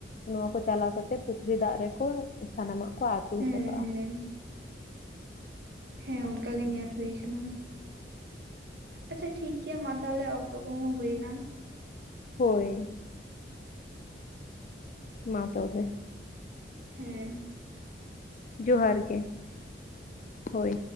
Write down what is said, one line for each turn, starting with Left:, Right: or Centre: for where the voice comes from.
Left: ᱱᱚᱣᱟ ᱠᱚ ᱪᱟᱞᱟᱣ ᱠᱟᱛᱮ ᱯᱩᱠᱷᱨᱤ ᱫᱟᱜ ᱨᱮᱠᱚ ᱥᱟᱱᱟᱢᱟᱜ ᱠᱚ ᱟᱹᱛᱩ
Right: ᱦᱮᱸ
Left: ᱦᱚᱴᱚ ᱠᱟᱜᱼᱟ᱾
Right: ᱦᱮᱸ ᱦᱮᱸ ᱚᱱᱠᱟ ᱜᱮ ᱧᱮᱞ ᱦᱩᱭ ᱠᱟᱱᱟ᱾ ᱟᱪᱪᱷᱟ ᱴᱷᱤᱠ ᱜᱮᱭᱟ ᱢᱟ ᱛᱟᱦᱚᱞᱮ ᱚᱠᱛᱚ ᱠᱚᱦᱚᱸ ᱦᱩᱭᱱᱟ᱾
Left: ᱦᱳᱭ᱾ ᱢᱟ ᱛᱚᱵᱮ᱾
Right: ᱦᱮᱸ᱾
Left: ᱡᱚᱦᱟᱨ ᱜᱮ, ᱦᱳᱭ᱾